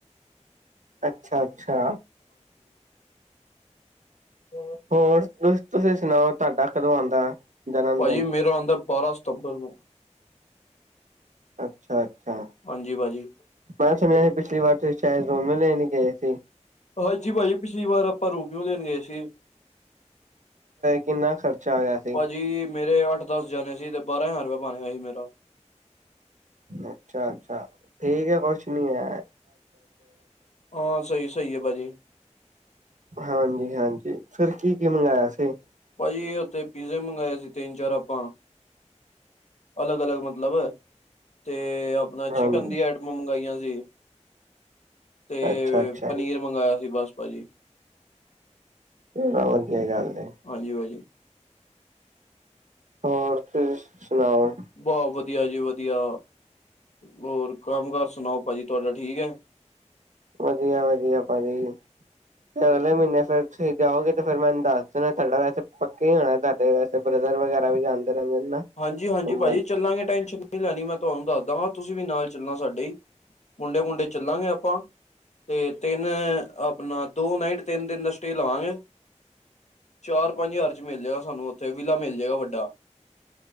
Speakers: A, on the right; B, on the left.
A: ਅੱਛਾ- ਅੱਛਾ।
B: ਹੋਰ?
A: ਹੋਰ, ਤੁਸੀਂ ਸੁਣਾਓ ਤੁਹਾਡਾ ਕਦੋਂ ਆਉਂਦਾ? ਜਨਮ
B: ਭਾਜੀ,
A: ਦਿਨ
B: ਮੇਰਾ ਹੁੰਦਾ ਬਾਰਾਂ ਸਤੰਬਰ ਨੂੰ।
A: ਅੱਛਾ -ਅੱਛਾ।
B: ਹਾਂਜੀ- ਭਾਅ ਜੀ।
A: ਮੈਂ ਸੁਣਿਆ ਸੀ, ਪਿਛਲੀ ਵਾਰ ਤੁਸੀਂ ਸ਼ਾਇਦ ਰੋਮਿਓ ਲੈਨ ਗਏ ਸੀ।
B: ਹਾਂਜੀ, ਭਾਜੀ ਪਿਛਲੀ ਵਾਰ ਆਪਾਂ ਰੋਬੀਓਂ ਲੈਣ ਗਏ ਸੀ।
A: ਕਿੰਨਾ ਖਰਚਾ ਆਇਆ ਸੀ?
B: ਭਾਜੀ ਮੇਰੇ ਅੱਠ ਦਸ ਜਣੇ ਸੀ, ਤੇ ਬਾਰਾਂ ਹਜ਼ਾਰ ਰੁਪਿਆ ਬਣ ਗਿਆ ਸੀ, ਮੇਰਾ।
A: ਅੱਛਾ- ਅੱਛਾ ਠੀਕ ਹੈ, ਕੁਛ ਨਹੀਂ ਹੈ।
B: ਹਾਂ, ਸਹੀ -ਸਹੀ ਹੈ, ਭਾਜੀ।
A: ਹਾਂਜੀ -ਹਾਂਜੀ, ਫਿਰ ਕੀ ਕੀ ਮੰਗਾਇਆ ਸੀ?
B: ਭਾਜੀ ਉੱਥੇ ਪੀਜ਼ੇ ਮੰਗਵਾਏ ਸੀ, ਤਿੰਨ ਚਾਰ ਆਪਾਂ। ਅਲੱਗ- ਅਲੱਗ ਮਤਲਬ, ਤੇ ਆਪਣਾ
A: ਹਾਂਜੀ
B: ਚਿਕਨ ਦੀ ਐ ਮੰਗਾਈਆਂ ਸੀ, ਤੇ
A: ਅੱਛਾ ਅੱਛਾ
B: ਪਨੀਰ ਮੰਗਾਇਆ ਸੀ, ਬਸ ਭਾਜੀ।
A: ਚਲੋ, ਵਧੀਆ ਗੱਲ ਏ।
B: ਹਾਂਜੀ, ਭਾਅ ਜੀ।
A: ਹੋਰ, ਤੁਸੀਂ ਸੁਣਾਓ।
B: ਬਸ, ਵਧੀਆ ਜੀ ਵਧੀਆ, ਹੋਰ ਕੰਮ -ਕਾਰ ਸੁਣਾਓ ਭਾਜੀ, ਤੁਹਾਡਾ ਠੀਕ ਹੈ?
A: ਵਧੀਆ -ਵਧੀਆ, ਭਾਜੀ। ਤੇ ਅਗਲੇ ਮਹੀਨੇ ਫੇਰ ਤੁਸੀਂ ਜਾਓਗੇ, ਤੇ ਫੇਰ ਮੈਨੂੰ ਦੱਸ ਦੇਣਾ, ਤੁਹਾਡਾ ਵੈਸੇ ਪੱਕੇ ਹੀ ਹੋਣਾ ਤਾਡਾ ਵੈਸੇ। ਤੇ ਬ੍ਰਦਰ ਵਗੈਰਾ ਵੀ ਜਾਂਦੇ ਰਹਿੰਦੇ ਨੇ ਨਾ
B: ਹਾਂਜੀ -ਹਾਂਜੀ,
A: ਘੁੰਮਣ
B: ਭਾਜੀ ਚੱਲਾਂਗੇ ਟੈਨਸ਼ਨ ਨਹੀਂ ਲੈਣੀ, ਮੈਂ ਤੁਹਾਨੂੰ ਦੱਸ ਦਾ ਗਾ ਤੁਸੀਂ ਵੀ ਨਾਲ ਚੱਲਣਾ ਸਾਡੇ ਹੀ, ਮੁੰਡੇ -ਮੁੰਡੇ ਚੱਲਾਂਗੇ ਆਪਾਂ। ਤੇ ਤਿੰਨ ਆਪਣਾ ਦੋ, ਨਾਈਟ ਤਿੰਨ ਦਿਨ, ਦਾ ਸਟੇਅ ਲਵਾਂਗੇ। ਚਾਰ, ਪੰਜ ਹਜ਼ਾਰ ਚ ਮਿਲ ਜਾਏਗਾ, ਸਾਨੂੰ ਉੱਥੇ ਵਿਲਾ ਮਿਲ ਜਾਏਗਾ ਵੱਡਾ।